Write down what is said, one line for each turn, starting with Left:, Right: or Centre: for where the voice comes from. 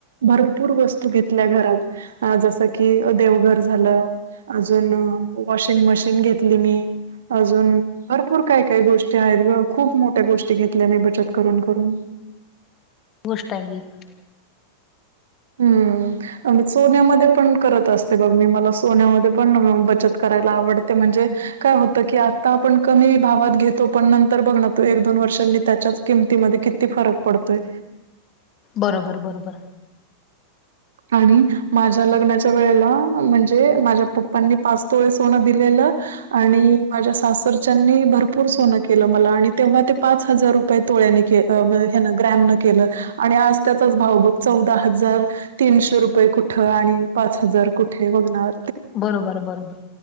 Right: भरपूर वस्तू घेतल्या घरात जसं की देवघर झालं अजून वॉशिंग मशीन घेतली मी अजून भरपूर काय काय गोष्टी आहेत ग खूप मोठ्या गोष्टी घेतल्या मी बचत करून करून
Left: गोष्टष्ट आहेग
Right: हम्म सोन्यामध्ये पण करत असतो बघ मी मला सोन्यामध्ये पण बचत करायला आवडते म्हणजे काय होतं की आता आपण कमी भावात घेतो पण नंतर बघण तो एक दोन वर्षांनी त्याच्याच किमतीमध्ये किती फरक पडतोय
Left: बरोबर बरोबर
Right: आणि माझ्या लग्नाच्या वेळेला म्हणजे माझ्या पप्पांनी पाचतोळे सोनं दिलेलं आणि माझ्या सासरच्यानी भरपूर सोनं केलं मला आणि तेव्हा ते पाच हजार रुप तोळनी ग्रॅम न केलं आणि आज त्याचाच भाव बघ चौदा हजार तीनशे रुपये कुठं आणि पाच हजार कुठे बघणार
Left: बरोबर बरोबर